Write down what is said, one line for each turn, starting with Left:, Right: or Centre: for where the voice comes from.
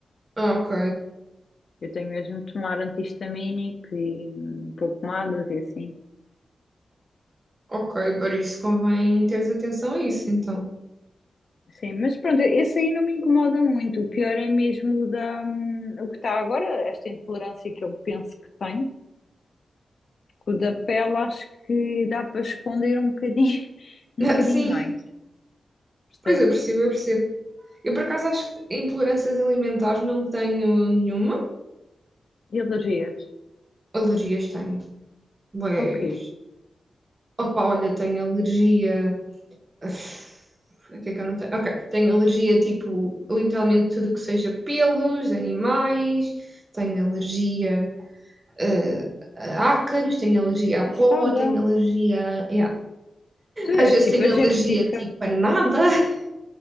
Right: Ah, ok.
Left: Eu tenho mesmo de tomar anti-histamínico e hum, pôr pomadas e assim.
Right: Ok, por isso convém teres atenção a isso, então.
Left: Sim, mas pronto, esse aí não me incomoda muito. O pior é mesmo o da, hum, o que está agora, esta intolerância que eu penso que tenho, Com o da pele acho que dá para esconder um bocadinho, <laughs> um
Right: <laughs>
Left: bocadinho
Right: Sim,
Left: mais, percebes?
Right: pois eu percebo, eu percebo. Eu, por acaso, acho que intolerâncias alimentares não tenho nenhuma.
Left: E alergias.
Right: Alergias tenho. Ué.
Left: Ok.
Right: Opa, olha, tenho alergia. Uf, O que é que eu não tenho? Ok, tenho alergia, tipo, literalmente tudo que seja pelos, animais. Tenho alergia, eh, a ácaros, tenho alergia a
Left: Passada.
Right: pó, tenho alergia
Left: Tu
Right: às
Left: és
Right: vezes
Left: tipo
Right: tenho
Left: a
Right: alergia,
Left: Jéssica.
Right: tipo, a nada. <laughs>